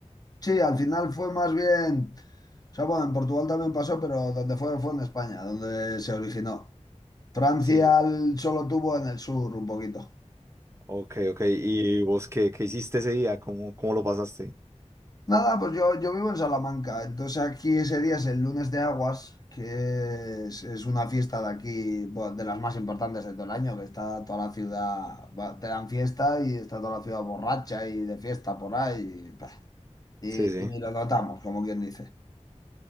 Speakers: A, on the left; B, on the right.
A: sí, al final fue más bien, o sea, bueno, en Portugal también pasó, pero donde fue fue en España, donde se originó. Francia
B: Sí,
A: l- solo tuvo en el sur un poquito.
B: ok, ok. ¿Y vos qué, qué hiciste ese día? ¿Cómo, cómo lo pasaste?
A: Nada, pues yo, yo vivo en Salamanca, entonces aquí ese día es el lunes de Aguas, que es, es una fiesta de aquí, bueno, de las más importantes de todo el año, que está toda la ciudad, va, te dan fiesta y está toda la ciudad borracha y de fiesta por ahí, y, bah, y-
B: Sí, sí.
A: y ni lo notamos, como quien dice.